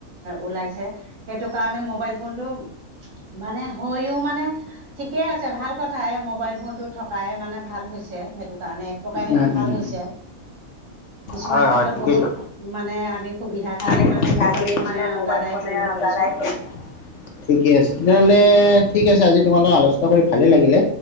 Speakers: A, on the right; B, on the left.
A: ওলাইছে। সেইটো কাৰণে মোবাইল ফোনটো মানে হৈও মানে ঠিকে আছে ভাল কথা এই মোবাইল ফোনটো থকাই মানে ভাল হৈছে সেইটো কাৰণে। একপ্ৰকাৰে সেইটো
B: উম
A: ভাল
B: উম
A: হৈছে। কিছুমান
B: হয়
A: ক্ষেত্ৰত
B: হয় ঠিকেইতো
A: বহুত মানে আমি সুবিধা খিনি
B: আমি সুবিধাখিনি
A: মানে মোবাইল ফোনে
B: মানে মোবাইল
A: দ্বাৰাই
B: ফোনে
A: কৰিব পাৰিছোঁ।
B: দ্বাৰাই কৰি ঠিকে আছে, তেতিয়াহলে ঠিক আছে আজি তোমালোকত আলোচনা কৰি ভালেই লাগিলে।